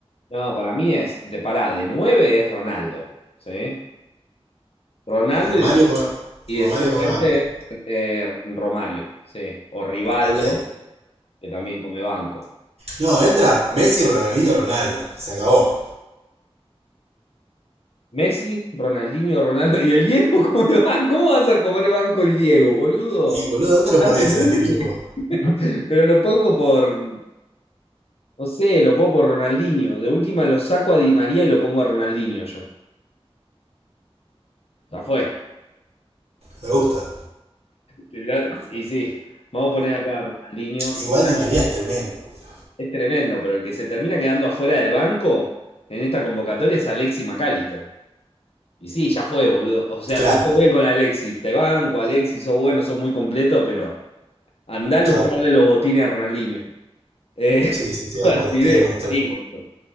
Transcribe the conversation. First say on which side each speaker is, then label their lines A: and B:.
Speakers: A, on the left; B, on the right.
A: No, para mí es, de pará, de 9 es Ronaldo, ¿sí? Ronaldo
B: Romario
A: y,
B: come,
A: y
B: Romario
A: de suplente
B: come banco.
A: eh, Romario, ¿sí? O Rivaldo,
B: Ok.
A: que también come banco.
B: No, entra Messi, Ronaldinho, Ronaldo. Se acabó.
A: Messi, Ronaldinho, Ronaldo. ¿Y el Diego? <laughs> ¿Cómo le van? ¿Cómo vas a comer banco el Diego, boludo?
B: Y boludo, ¿dónde lo
A: Estás
B: pones
A: demente.
B: en este equipo?
A: <laughs> Pero lo pongo por, no sé, lo pongo por Ronaldinho. De última lo saco a Di María y lo pongo a Ronaldinho yo. Ya fue.
B: Me gusta.
A: Y mirá, y sí, vamos a poner acá a Ronaldinho.
B: Igual
A: Mirá,
B: Di María es tremendo, boludo.
A: es tremendo, pero el que se termina quedando afuera del banco en esta convocatoria es Alexis McAllister. Y sí, ya fue, boludo. O sea,
B: Claro.
A: está todo bien con Alexis. Te banco, Alexis, sos bueno, sos muy completo, pero Andá a lustrarle
B: Chau.
A: los botines a Ronaldinho. Eh,
B: Sí, sí,
A: <laughs>
B: estoy de
A: al
B: acuerdo,
A: video,
B: estoy de acuerdo,
A: y
B: estoy,
A: sí, boludo.